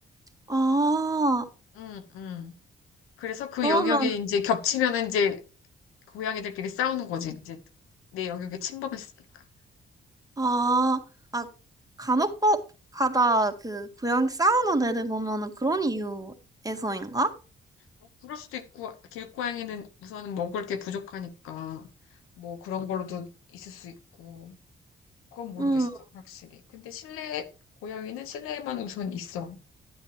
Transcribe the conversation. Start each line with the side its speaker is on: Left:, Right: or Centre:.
Right: 아,
Left: 응, 응. 그래서 그
Right: 그러면,
Left: 영역이
Right: 응.
Left: 이제 겹치면 이제 고양이들끼리 싸우는 거지. 이제 내 영역에 침범했으니까.
Right: 아, 아, 간혹 가다 그 고양이 싸우는 애들 보면은 그런 이유에서인가?
Left: 뭐 그럴 수도 있고, 길고양이는 우선 먹을 게 부족하니까, 뭐 그런 걸로도 있을 수 있고, 그건 모르겠어,
Right: 응,
Left: 확실히. 근데 실내, 고양이는 실내에만 우선 있어.